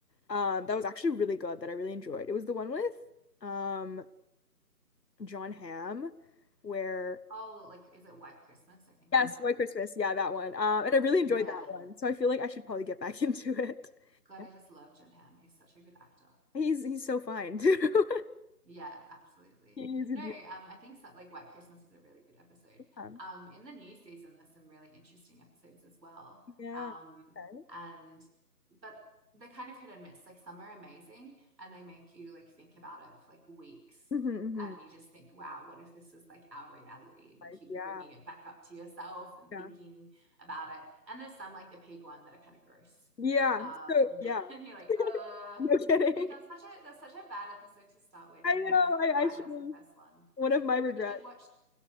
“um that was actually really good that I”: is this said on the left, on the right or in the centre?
Left